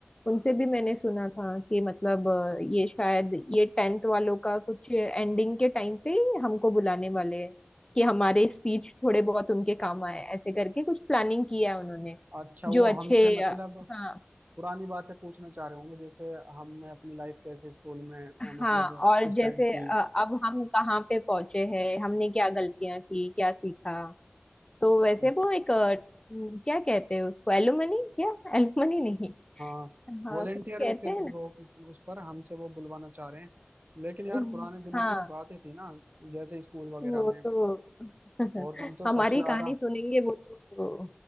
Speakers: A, on the left (about 20°); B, on the right (about 45°).
A: उनसे भी मैंने सुना था कि मतलब अ, ये शायद ये टेंथ वालों का कुछ एंडिंग के टाइम पे ही हमको बुलाने वाले हैं कि हमारे स्पीच थोड़े बहुत उनके काम आए ऐसे करके कुछ प्लानिंग किया है उन्होंने
B: अच्छा वो
A: जो अच्छे
B: हमसे मतलब
A: अ, हाँ
B: पुरानी बातें पूछना चाह रहे होंगे जैसे हमने अपनी लाइफ कैसे स्कूल में अ, मतलब
A: हाँ और
B: स्पेंड
A: जैसे
B: की
A: अ, अब हम कहाँ पे पहुंचे हैं हमने क्या गलतियां की क्या सीखा तो वैसे
B: अच्छा,
A: वो एक अ, क्या कहते हैं उसको एलुमनी क्या एलुमनी नहीं
B: हाँ
A: हाँ
B: वॉलेंटियर
A: कुछ कहते
B: के
A: हैं
B: वो उस पर हमसे वो बुलवाना चाह रहे हैं लेकिन यार
A: ना
B: पुराने दिनों
A: हाँ
B: की जो बातें थी ना जैसे स्कूल वगैरह
A: वो
B: में
A: तो <laughs>
B: और तुम तो
A: हमारी
B: सबसे ज्यादा
A: कहानी सुनेंगे वो तो